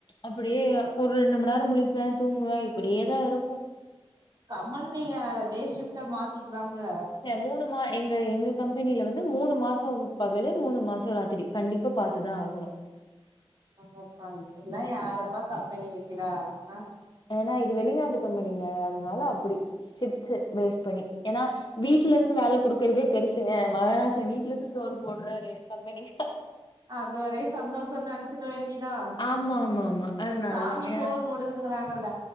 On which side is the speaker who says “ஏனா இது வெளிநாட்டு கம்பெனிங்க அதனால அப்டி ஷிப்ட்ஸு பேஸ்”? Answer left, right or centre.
Left